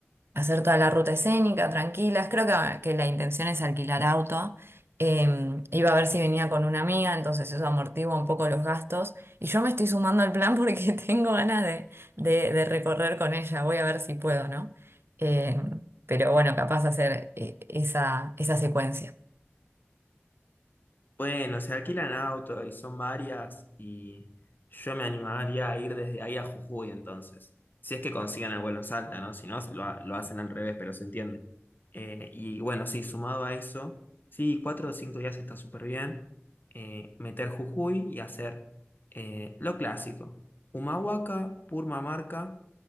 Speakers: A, on the right; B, on the left.
A: hacer toda la ruta escénica, tranquilas. Creo que, que la intención es alquilar auto. Eh, iba a ver si venía con una amiga, entonces eso amortigua un poco los gastos. Y yo me estoy sumando al plan porque <laughs> tengo ganas de, de- de recorrer con ella. Voy a ver si puedo, ¿no? Eh, pero bueno, capaz hacer eh, esa, esa secuencia.
B: Bueno, se alquilan auto y son varias y yo me animaría a ir desde ahí a Jujuy entonces. Si es que consiguen el vuelo en Salta, ¿no? Si no, lo, ha- lo hacen al revés, pero se entiende. Eh, y bueno, sí, sumado a eso, sí, cuatro o cinco días está súper bien. Eh, meter Jujuy y hacer eh, lo clásico. Humahuaca, Purmamarca